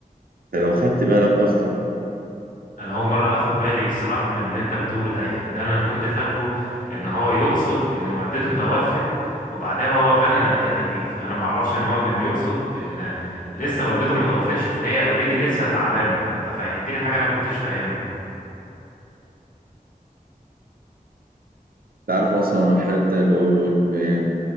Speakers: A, on the right; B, on the left.
A: أنت لو خدت بالك أصلا
B: انا اول مره اخد بالي الصراحه من اللي انت بتقوله ده يعني ده انا كنت فاكره ان هو يقصد ان والدته توفت وبعدها هو غنى الحته دي فانا ما اعرفش ان هو كان يقصد ان لسه والدته ما توفتش فهي اوريدي لسه تعبانه فانت فهمتني حاجه انا ما كنتش فاهمها
A: تعرف أصلا الحتة اللي هو بيقول في